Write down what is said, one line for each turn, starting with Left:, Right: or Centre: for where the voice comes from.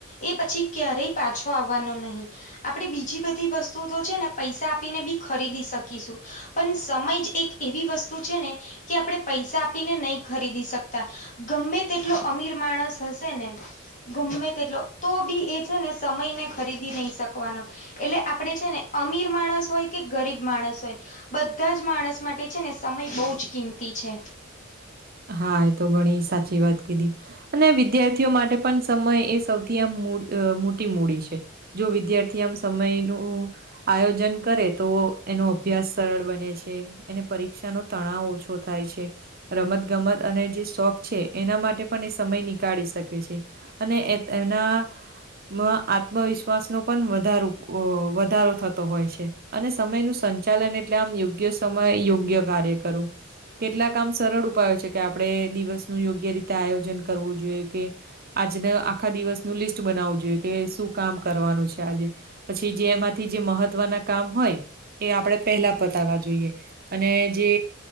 Left: એ પછી, ક્યારેય પાછો આવવાનો નહી. આપણે બીજી બધી વસ્તુ તો છે ને પૈસા આપીને બી ખરીદી શકીશું. પણ, સમય જ એક એવી વસ્તુ છે ને, કે આપણે પૈસા આપીને નહી ખરીદી શકતા. ગમે તેટલો અમીર માણસ હશે ને, ગમે તેટલો- તો બી, એ છે ને, સમય ને ખરીદી નહી શકવાનો. એટલે આપડે છે ને અમીર માણસ હોય કે ગરીબ માણસ હોય બધા જ માણસ માટે છે ને સમય બહુ જ કિંમતી છે.
Right: હા એ તો ઘણી સાચી વાત કીધી અને વિદ્યાર્થીઓ માટે પણ સમય એ સૌથી આમ મોટ મોટી મૂડી છે. જો વિદ્યાર્થી આમ સમયનું આયોજન કરે તો એનો અભ્યાસ સરળ બને છે. એને પરીક્ષા નો તણાવ ઓછો થાય છે રમત ગમત અને જે શોખ છે એના માટે પણ એ સમય નીકાળી શકે છે. અને એ તેના મ આત્મવિશ્વાસનો પણ વધારો વધારો થતો હોય છે. અને સમયનુ સંચાલન એટલે આમ યોગ્ય સમય યોગ્ય કાર્ય કરું. કેટલા કામ સરળ ઉપાયો છે કે આપણે દિવસનું યોગ્ય રીતે આયોજન કરવું જોઈએ કે. આજને આખા દિવસનું લિસ્ટ બનાવવું જોઈએ કે શું કામ કરવાનું છે આજે પછી જે એમાંથી જે મહત્વના કામ હોય એ આપડે પેલા પતાવા જોઈએ અને જે